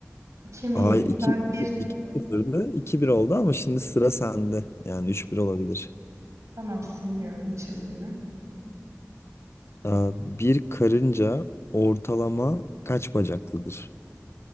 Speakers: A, on the right; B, on the left.
A: İki miyim?
B: Ay 2
A: Sen birsin.
B: iki sıfırdı, iki bir oldu ama şimdi sıra sende. Yani üç bir olabilir.
A: Tamam silmiyorum çizgimi.
B: Aa, Bir karınca ortalama kaç bacaklıdır?